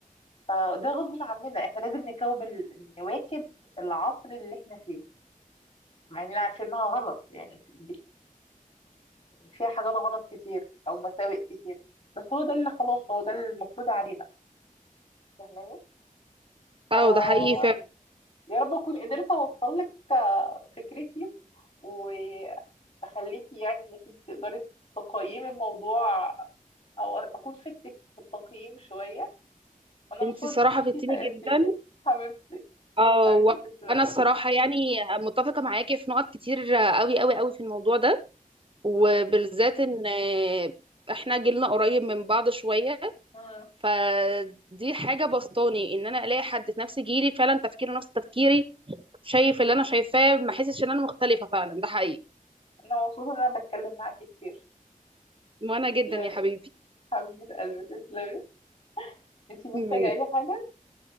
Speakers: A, on the left; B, on the right.
A: فده غصب عننا احنا لازم نكوب ال... نواكب العصر اللي احنا فيه مع اننا عارفين انها غلط يعني بت... فيها حاجات غلط كتير او مساوئ كتير بس هو ده اللي خلاص هو ده المفروض علينا فاهماني ف
B: اه ده حقيقي فعلا
A: يا رب اكون قدرت اوصل لك آه، فكرتي واخليكي يعني انك انت تقدري تقيمي الموضوع او اكون فدتك في التقييم شويه وانا
B: انت
A: مبسوطه
B: صراحه
A: انك
B: فدتيني
A: انت سالتيني
B: جدا
A: حبيبتي
B: اه
A: حبيبتي
B: وانا
A: تسلمي
B: الصراحه يعني متفقه معاكي في نقط كتير قوي قوي قوي في الموضوع ده وبالذات
A: مم.
B: ان آه، احنا جيلنا قريب من بعض شويه
A: مم.
B: فدي حاجة بسطاني ان انا الاقي حد في نفس جيلي فعلا تفكيره نفس تفكيري شايف اللي انا شايفاه ما احسش ان انا مختلفة فعلا ده حقيقي
A: انا مبسوطه ان انا بتكلم معاكي كتير
B: وانا
A: تسلمي
B: جدا يا حبيبي
A: حبيبه قلبي تسلمي انت محتاجه
B: مم.
A: اي حاجه